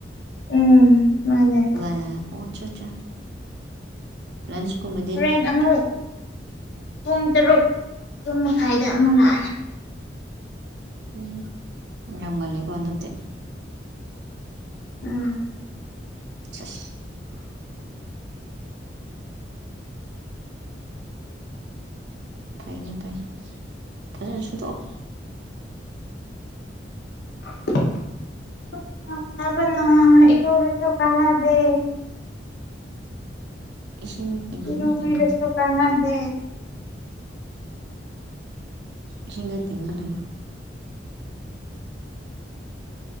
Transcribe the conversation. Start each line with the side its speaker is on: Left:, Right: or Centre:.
Left: ꯎꯝ ꯃꯥꯅꯦ
Right: ꯑꯦ ꯑꯣ ꯆꯣ ꯆꫭ ꯂꯥꯟꯁ ꯀꯨꯝꯃꯥ
Left: ꯍꯣꯔꯦꯟ ꯑꯃꯨꯛ ꯄꯨꯡ ꯇꯔꯨꯛ ꯄꯨꯡ ꯃꯈꯥꯏꯗ ꯑꯃꯨꯛ ꯂꯥꯛꯑꯅꯤ
Right: ꯎꯝ ꯌꯥꯝ ꯉꯟꯂꯤꯀꯣ ꯍꯟꯗꯛꯇꯤ
Left: ꯎꯝ
Right: ꯁꯁ <unintelligible> ꯐꯥꯏꯅꯦ ꯐꯥꯏ ꯐꯖꯅꯥ ꯁꯨꯨꯗꯣꯛꯑꯣ
Left: <unintelligible> ꯕꯅꯥ ꯏꯔꯨꯔꯁꯨ ꯀꯅꯗꯦ
Right: ꯏꯁꯤꯡ ꯇꯦꯡꯀꯤꯗ
Left: ꯏꯔꯨꯕꯤꯔꯁꯨ
Right: ꯇꯤꯡꯉꯨ
Left: ꯀꯥꯟꯅꯗꯦ
Right: ꯏꯁꯤꯡꯗ ꯇꯤꯟꯉꯥ ꯂꯩꯌꯨ